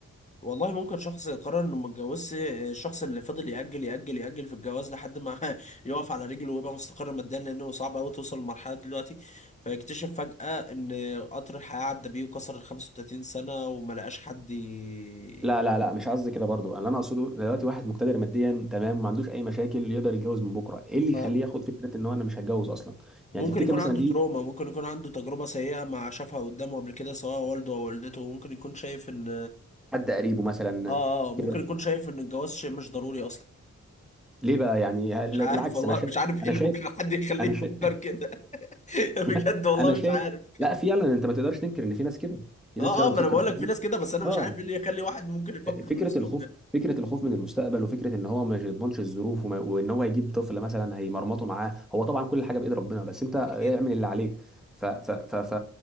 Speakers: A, on the left (about 25°); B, in the centre.
A: والله ممكن شخص قرر انه ما اتجوزش الشخص اللي فضل يأجل يأجل يأجل في الجواز لحد ما <laughs> يقف على رجله ويبقى مستقر ماديا لانه صعب قوي توصل للمرحله دلوقتي فيكتشف فجأة ان قطر الحياه عدى بيه وكسر ال 35 سنه وما لقاش حد ي...
B: لا لا لا مش قصدي كده برضو اللي انا اقصده دلوقتي واحد مقتدر ماديا تمام ما عندوش اي مشاكل يقدر يتجوز من بكره ايه اللي
A: اه
B: يخليه ياخد فكره ان هو انا مش هتجوز اصلا
A: ممكن
B: يعني تفتكر
A: يكون
B: مثلا
A: عنده
B: دي
A: تروما ممكن يكون عنده تجربه سيئه ما شافها قدامه قبل كده سواء والده او والدته ممكن يكون شايف ان
B: حد قريبه مثلا
A: اه اه ممكن
B: كده
A: يكون شايف ان الجواز شيء مش ضروري اصلا
B: ليه بقى يعني هل-
A: مش عارف
B: بالعكس
A: والله
B: انا شايف
A: مش عارف ايه
B: انا
A: اللي
B: شايف
A: ممكن حد يخليه
B: انا شايف
A: يفكر كده <laughs> بجد
B: <laughs>
A: والله
B: انا شايف
A: مش عارف
B: لا فعلا انت ما تقدرش تنكر ان في ناس كده في
A: اه
B: ناس فعلا
A: اه
B: بتفكر
A: ما انا بقول
B: بالطريقة
A: لك في ناس
B: دي.
A: كده بس انا
B: اه
A: مش عارف ايه اللي يخلي واحد ممكن يفكر
B: فكره
A: بالاسلوب
B: الخوف
A: ده
B: فكره الخوف من المستقبل وفكره ان هو ما يضمنش الظروف وما- وان هو هيجيب طفل مثلا هيمرمطه معاه هو طبعا كل حاجه بايد ربنا بس انت اعمل
A: اكيد
B: اللي عليك ف ف ف ف